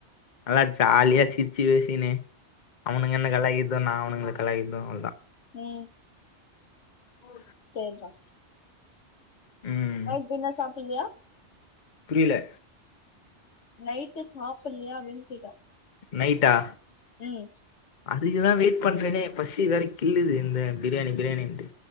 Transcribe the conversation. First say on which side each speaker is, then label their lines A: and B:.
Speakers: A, on the left; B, on the left.
A: நல்லா ஜாலியா சிரிச்சி பேசிகினு அவுனுங்க என்ன கலாய்க்கிறது நா அவுனங்க கலாய்க்கிறது அவ்ளோதா
B: ம்
A: ஓ
B: சேரிப்பா
A: ம்
B: நைட் டின்னர் சாப்புட்லையா
A: புரியல
B: நைட்டு சாப்புட்லையா அப்டினு கேட்ட
A: நைட்டா
B: ம்
A: அதுக்குதா வெயிட் பண்றேனே பசி வேற கில்லுது இந்த பிரியாணி பிரியாணிட்டு